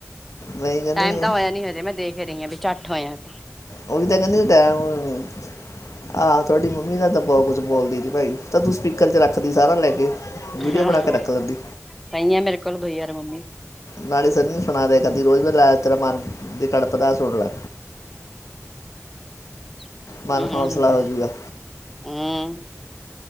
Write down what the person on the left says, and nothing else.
ਮੈਂ ਕਹਿੰਦੀ
ਹਾਂ,
ਉਹ ਵੀ ਤਾਂ ਕਹਿੰਦੀ ਟਮ ਆਹ ਤੁਹਾਡੀ ਮੰਮੀ ਦਾ ਤਾਂ ਬਹੁਤ ਕੁਛ ਬੋਲਦੀ ਸੀ ਭਾਈ ਤਾਂ ਤੂੰ ਸਪੀਕਰ ਚ ਰੱਖਦੀ ਸਾਰਾ ਲੈ ਕੇ। ਵੀਡੀਓ
ਬਣਾ ਕੇ ਰੱਖ ਲੈਂਦੀ
ਨਾਲੀ ਸੰਨੀ ਨੂੰ ਸੁਣਾ ਦੇ ਕਦੀ ਰੋਜ਼ ਮ ਲਾਇ ਤੇਰਾ ਮਨ ਦੀ ਕਣਪ ਦਾ ਸੁਟ ਲ
ਮਨ ਹੌਸਲਾ ਹੋ ਜਾਊਗਾ